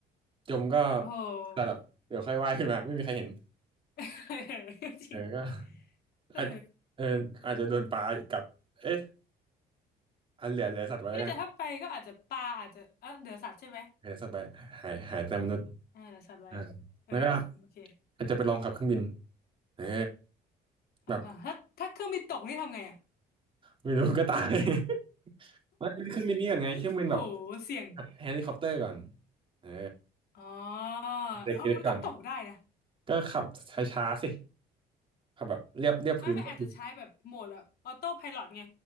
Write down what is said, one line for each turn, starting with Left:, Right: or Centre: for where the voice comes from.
Right: จมก็
Left: ๆโอ้โห
Right: แต่แบบเดี๋ยวค่อยว่ายขึ้นมา ไม่มีใครเห็น
Left: <laughs> จริง
Right: เออก็
Left: เออ
Right: อาจเอออาจจะโดนปลากัดเอ๊ะอันเหลือเหลือสัตว์ไว้แล้วกัน
Left: เอ๊ะแต่ถ้าไปก็อาจจะปลาอาจจะเออเดือสัตว์ใช่ไหม
Right: เหลือสัตว์ไว้หายหายแต่มนุษย์
Left: อ่าเดี๋ยวสัตว์ไว้
Right: อ่า
Left: เออโอเค
Right: แล้วก็อาจจะไปลองขับเครื่องบินเออ
Left: อ่าถ้าถ้าเครื่องบินตกนี่ทำไงอ่ะ
Right: แบบไม่รู้ก็ตาย <laughs> ไม่เครื่องบินนี่ก่อนไงเครื่องบินแบบ
Left: <laughs> โหเสี่ยง
Right: เฮลิคอปเตอร์ก่อนเออ
Left: อ๋อ
Right: เด็กๆก่อน
Left: เออมันก็ตกได้นะ
Right: ก็ขับช้าๆสิขับแบบเรียบเรียบพื้นก็คือ
Left: ไม่ไม่อาจจะใช้แบบโหมดแบบออโต้ไพลอตไง